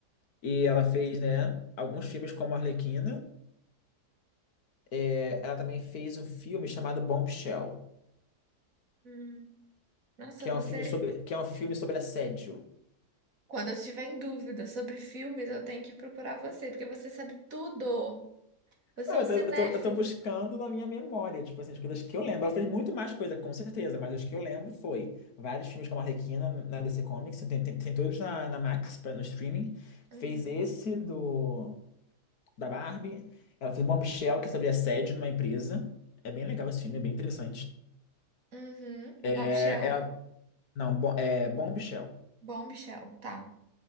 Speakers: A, on the left; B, on the right.
A: e ela fez, né, alguns filmes como a Arlequina. É, ela também fez um filme chamado Bombshell,
B: Hum. Nossa,
A: que é
B: você.
A: um filme sobre que é um filme sobre assédio.
B: Quando eu estiver em dúvida sobre filmes, eu tenho que procurar você, porque você sabe tudo. Você
A: Eu
B: é um cinéfilo.
A: tô, eu tô, eu tô buscando na minha memória, tipo assim, as coisas que eu lembro. Ela fez muito mais coisa, com certeza, mas as que eu lembro foi vários filmes com a Arlequina na DC Comics, tem, tem, tem todos na, na Max, pra- no streaming.
B: Uhum.
A: Fez esse do da Barbie. Ela fez Bombshell, que é sobre assédio numa empresa. É bem legal esse filme, é bem interessante.
B: Uhum.
A: É,
B: Bob Shell.
A: é, não, bom, é Bombshell.
B: Bom, Michel, tá.